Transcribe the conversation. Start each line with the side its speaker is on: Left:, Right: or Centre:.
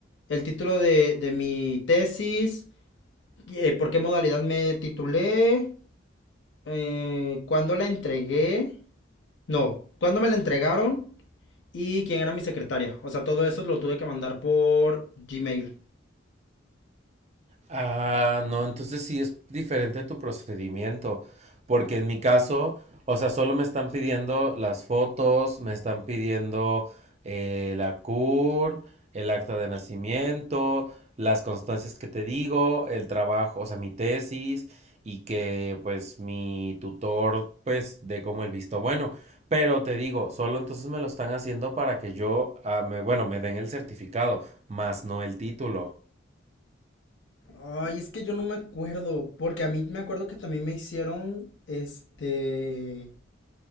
Left: el título de, de mi tesis, eh, por qué modalidad me titulé, eh, cuándo la entregué, no, cuándo me la entregaron y quién era mi secretaria. O sea, todo eso lo tuve que mandar por Gmail.
Right: Ah, no, entonces sí es diferente tu procedimiento, porque en mi caso, o sea, solo me están pidiendo las fotos, me están pidiendo eh, la CUR, el acta de nacimiento, las constancias que te digo, el trabajo, o sea, mi tesis y que pues mi tutor pues dé como el visto bueno, pero te digo, solo entonces me lo están haciendo para que yo, ah, me- bueno, me den el certificado, más no el título.
Left: Ay, es que yo no me acuerdo, porque a mí me acuerdo que también me hicieron, este,